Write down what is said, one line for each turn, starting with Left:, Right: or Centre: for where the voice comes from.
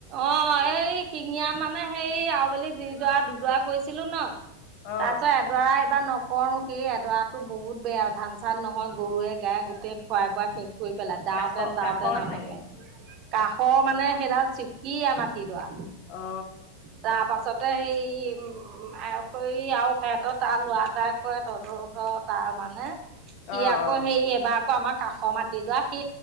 Right: অৱ। এই শিঙীয়া মানে হেই আবেলি যিডৰা দুডৰা কৰিছিলো ন।
Left: অহ
Right: তাৰ পিছত এডৰা এইবাৰ ন কৰোঁ সেই এডৰাতো বহুত বেয়া ধান চান নহয় গৰুৱে গাইয়ে গোটেই খুৱাই বোৱাই শেষ। কৰি পেলাই দাওঁতেন
Left: কাষৰ
Right: দাওঁতেন
Left: কাষৰ
Right: আমনি
Left: চাগে
Right: লা কাষৰ মানে সেইডাল চিকিয়া মাটিডৰা।
Left: অ
Right: তাৰপাছ তে সেই <unintelligible> আৰু সৈ আৰু সিহঁতৰ তাৰ ল'ৰা এটাই কয়ে তহঁতৰ ওছৰৰ তাৰ মানে। সি
Left: অ
Right: আকৌ
Left: অ
Right: হেৰি এবাৰ আকৌ আমাক কাষৰ মাটি দৰা সি